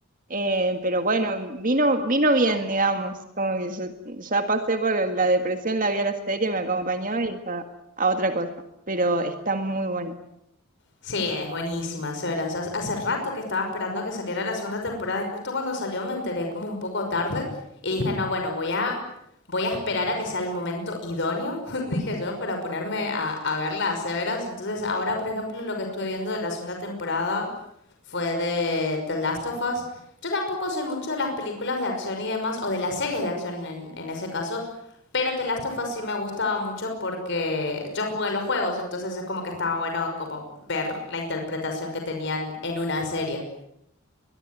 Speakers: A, on the right; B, on the left.
A: eh, pero bueno, vino, vino bien, digamos. Como que yo ya pasé por la depresión, la vi a la serie, me acompañó y ya a otra cosa. Pero está muy buena.
B: Sí, es buenísima Severance. Hace- Hace rato que estaba esperando que saliera la segunda temporada y justo cuando salió me enteré como un poco tarde y dije, no, bueno, voy a, voy a esperar a que sea el momento idóneo, <laughs> dije yo, para ponerme a, a verla a Severance. Entonces ahora, por ejemplo, lo que estuve viendo de la segunda temporada fue de The Last of Us. Yo tampoco soy mucho de las películas de acción y demás, o de las series de acción en, en ese caso, pero The Last of Us sí me gustaba mucho porque yo jugué los juegos, entonces es como que estaba bueno como ver la interpretación que tenían en una serie.